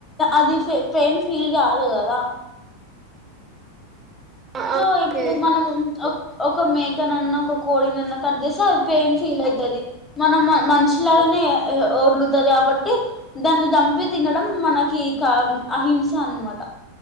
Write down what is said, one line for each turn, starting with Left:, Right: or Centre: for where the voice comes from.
Left: అది పెయిన్ ఫీల్ కాదు కదా
Right: ఆ
Left: సో
Right: ఆ ఓకే
Left: ఇప్పుడు మనం ఒక మే కనన్నా ఒక కోడిన్న కట్ చేసే అది పేయిన్ ఫీల్ అయితది మనం మనిషిలాగానే ఓర్లు తది కాబట్టి దాన్ని దంపి తినడం మనకి కా అహింస అనమాట